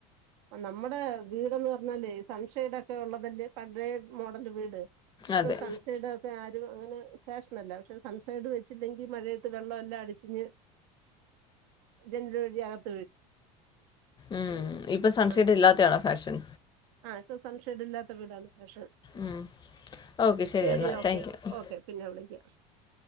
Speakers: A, on the right; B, on the left.
A: നമ്മുടെ വീടെന്ന് പറഞ്ഞാലേ സൺസൈഡ് ഒക്കെ ഒള്ളതല്ലേ പഴയ മോഡല് വീട് ഇപ്പം
B: അതെ
A: സൺസൈഡ് ഒക്കെ ആരും അങ്ങനെ ഫാഷനല്ല പക്ഷെ സൺസൈഡ് വെച്ചില്ലെങ്കി മഴയത്ത് വെള്ളം എല്ലാം അടിച്ച്ഞ്ഞ് <unintelligible>
B: ഉം ഇപ്പൊ സൺസൈഡ്
A: ആ
B: ഇല്ലാത്തെ ആണോ ഫാഷൻ
A: ആ ഇപ്പ സൺ ഷെയ്ഡ് ഇല്ലാത്ത വീടാണ് ഫാഷൻ
B: ഉം ഓക്കെ
A: ശരി
B: എന്നാൽ
A: ഓക്കെ
B: താങ്ക് യു
A: ഓക്കെ പിന്നെ വിളിക്കാം